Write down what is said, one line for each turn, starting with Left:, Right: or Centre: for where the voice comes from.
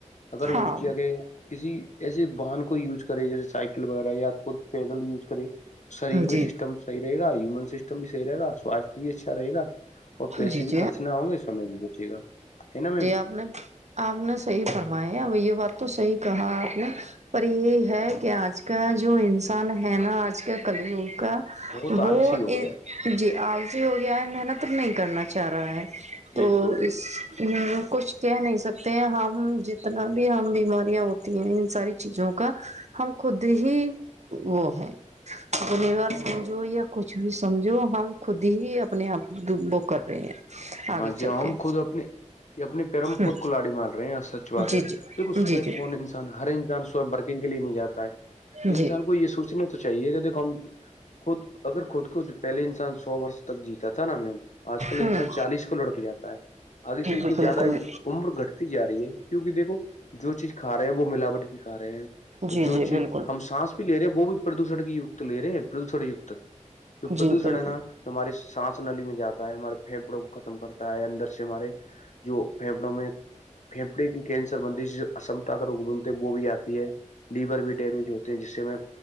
Left: اگر اس
Right: ہاں
Left: جگہ کسی ایسے واہن کو یوز کرے جیسے سائیکل وغیرہ یا خود پیدل یوز کرے شریر بھی
Right: جی
Left: سسٹم صحیح رہےا ایمون سسٹم بھی صحیح رہ گا سواستھ بھی اچھا رہے گا اور پیسے
Right: جی
Left: بھی
Right: جی
Left: خرچ نہ ہوں گے سمے بھی بچے گا ہے نا میم
Right: اپنے آپ نے صحیح فرمایا اب یہ بات تو صحیح کہا آپ نے پر یہ ہے کہ آج کا جو انسان ہے نا آج کا کلوگ کا
Left: بہت آلسی
Right: وہ
Left: ہو گیا
Right: جی آج ہی ہو گیا ہے محنت نہیں کرنا چاہ رہا ہے تو
Left: بالکل
Right: اس کچھ کہہ نہیں سکتے ہیں ہم جتنا بھی ہم بیماریاں ہوتی ہیں ان ساری چیزوں کا ہم خود ہی وہ ہیں وار سمجھو یا کچھ بھی سمجھو ہم خود ہی اپنے آپ ب کر رہے ہیں
Left: ہاں
Right: آگے
Left: جی
Right: چل
Left: ہم
Right: کے
Left: خود اپنے یہ اپنے پیروں میں
Right: ہ
Left: خود کولاڑی مار رہے ہیں یا سچوات
Right: جی
Left: د ہے
Right: جی
Left: دیکو صبح
Right: جی جی
Left: کون انسان ہر انسان برکنگ کے لیے نہیں جاتا ہے
Right: جی
Left: انسان کو یہ سوچنے تو چاہیے گا دیکھو ہم خود اگر خود کو پہلے انسان سو ورس تک جیتا تھا نا میم آج کل انسان
Right: ہوں
Left: چالیس کو لڑک جاتا ہے آگے
Right: جی
Left: چل
Right: جی
Left: کے
Right: بالکل
Left: زیادہ عمر گھٹتی جا رہی ہے کیوںکہ دیکھو جو چیز کھ رہے ہیں وہ ملاوٹ کی کا رہے ہیں
Right: جی
Left: جو
Right: جی
Left: چیز
Right: بالکل
Left: ہم سانس بھی لے رہے ہیں وہ بھی پردوشن کی کت لے رہے ہیں پردوشن کت تو پردوشن
Right: جی بالکل
Left: ہے نا ہمارے سانس نلیی میں جاتا ہے ہمارے پھیپڑوں ختم کرتا ہے اندر سے ہمارے جو پھیپڑوں میں پھیپڑے کینسر بنتی ج اسمتا کا روگ بنتے ہیں وہ بھی آتی ہے لیور بھی ڈیمیج ہوتے ہیں جس سے میں